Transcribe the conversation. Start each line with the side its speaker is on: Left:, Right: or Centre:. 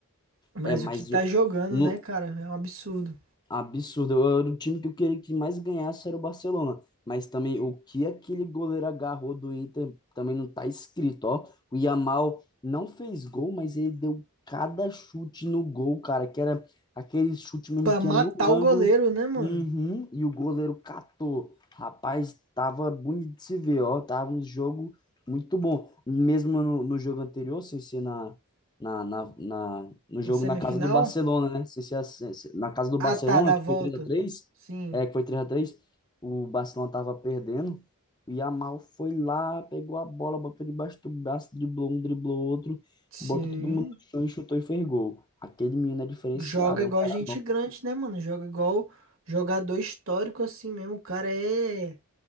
Right: Mas
Left: É, mas
Right: o que tá
Left: o...
Right: jogando,
Left: no-
Right: né, cara? É um absurdo.
Left: Absurdo. Eu era o time que eu queria que mais ganhasse era o Barcelona. Mas também o que aquele goleiro agarrou do Inter também não tá escrito, ó. O Yamal não fez gol, mas ele deu cada chute no gol, cara, que era aquele chute mesmo
Right: Pra
Left: que
Right: matar
Left: ia no ângulo.
Right: o goleiro, né, mano?
Left: Uhum, e o goleiro catou. Rapaz, tava bonito de se ver, ó. Tava um jogo muito bom. Mesmo no, no jogo anterior, sem ser na, na, na, na- no jogo
Right: Na semifinal?
Left: na casa do Barcelona, né? Se, se, é assim, se, na casa do
Right: Ah,
Left: Barcelona,
Right: tá, da
Left: que
Right: volta.
Left: foi três a três
Right: Sim.
Left: é, que foi três a três o Barcelona tava perdendo. O Yamal foi lá, pegou a bola, botou debaixo do braço, driblou um, driblou outro,
Right: Sim.
Left: botou todo mundo no chão e chutou e fez gol. Aquele menino é diferenciado,
Right: Joga igual
Left: é um cara
Right: gente grande, né, mano? Joga igual jogador histórico assim mesmo. O cara é,